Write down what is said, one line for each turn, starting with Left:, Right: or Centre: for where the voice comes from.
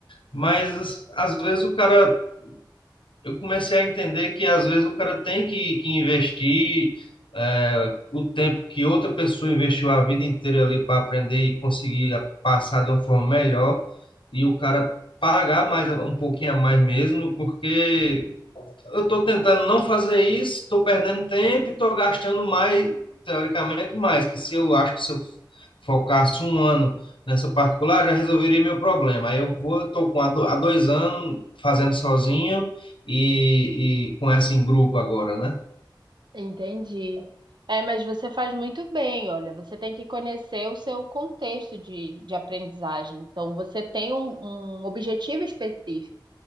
Left: Mas às vezes o cara, eu comecei a entender que às vezes o cara tem que, que investir é, o tempo que outra pessoa investiu a vida inteira ali para aprender e conseguir a- passar de uma forma melhor, e o cara pagar mais um pouquinho a mais mesmo, porque eu estou tentando não fazer isso, estou perdendo tempo e estou gastando mais, teoricamente, mais. Que se eu acho que se eu focasse um ano nessa particular, já resolveria meu problema. Aí eu vou, estou com há do- há dois anos fazendo sozinho e, e com essa em grupo agora, né?
Right: Entendi. É, mas você faz muito bem, olha, você tem que conhecer o seu contexto de, de aprendizagem. Então, você tem um um objetivo específico.